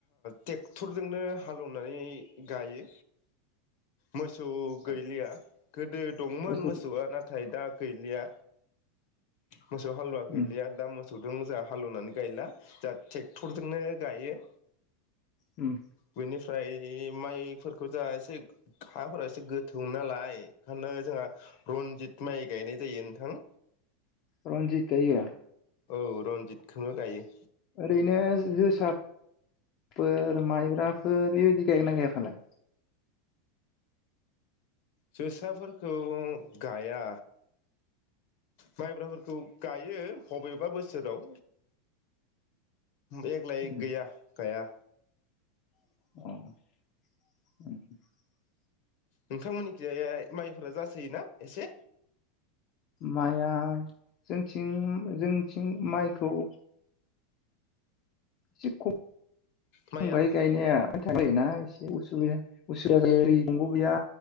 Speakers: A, on the left (about 55°); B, on the left (about 40°).
A: ट्रेक्टरजोंनो हालौवनानै गायो मोसौ
B: होदो
A: गैलिया गोदो दंमोन
B: मोसौ
A: मोसौआ नाथाय दा गैलिया मोसौ हालुवा गैलिया
B: उम
A: दा मो मोसौजों जोंहा हालेवनानै गायला जा ट्रेक्टरजोंनो गायो
B: उम
A: बिनिफ्राइ ओमफ्राय माइफोरखौ जा एसे हाफोरा एसे गोथौ नालाय ओंखायनो जोंहा रनजित माइ गायनाय जायो नोंथां
B: रनजित गाययो
A: औ रनजितखौनो गायो
B: ओरैनो जोसा फोर माइब्राफोर बेबायदि गायगोन ना गैया फालाय?
A: जोसाफोरखौ गाया माइब्राफोरखौ गायो बबेबा बोसोराव दजग्लाय
B: उम
A: गैया गाया
B: औ
A: नोंथांमोननि जाय हाय माइफोरा जासो जायो ना एसे
B: माइआ जोंनिथिं जोंनिथिं माइखौ एसे खम
A: माइआ
B: फंगाय
A: औ
B: गायनाया <unintelligible> उसुबिदा जायो ओरै दंग' गैया